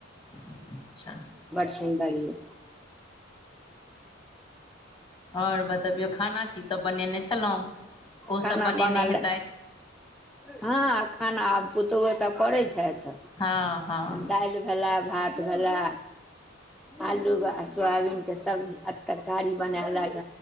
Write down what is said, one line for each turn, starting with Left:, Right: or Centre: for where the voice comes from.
Left: अच्छा
Centre: बड़ सुनन्द यै
Left: आओर बतबियौ खाना कि की सब बनेने छलहुं, ओ
Centre: खाना
Left: सब बनेने
Centre: बनल
Left: हेतैत
Centre: हँ खाना आ पुतहु सब करैत छैथ
Left: हँ हँ
Centre: दालि भेला भात भेला आलू आ सोयाबीन के सब्जी आ तरकारी बनाए लाग